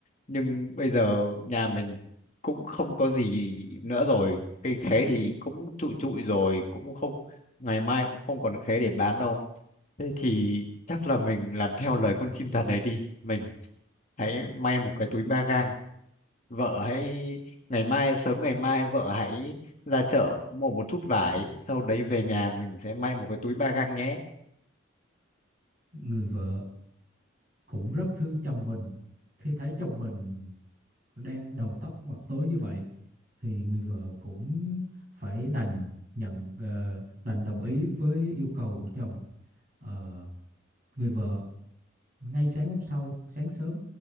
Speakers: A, on the left (about 40°); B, on the right (about 45°).
A: nhưng bây giờ nhà mình cũng không có gì nữa rồi cây khế thì cũng trụi trụi rồi cũng không ngày mai cũng không còn khế để bán đâu Thế thì chắc là mình làm theo lời con chim thần đấy đi. Mình hãy may một cái túi ba gang. Vợ hãy ngày mai sớm ngày mai vợ hãy ra chợ mua một chút vải, sau đấy về nhà mình sẽ may một cái túi ba gang nhé.
B: người vợ cũng rất thương chồng mình khi thấy chồng mình đang đầu tóc mặt tối như vậy thì người vợ cũng phải đành nhận ờ, đành đồng ý với yêu cầu của chồng Ờ, người vợ ngay sáng hôm sau sáng sớm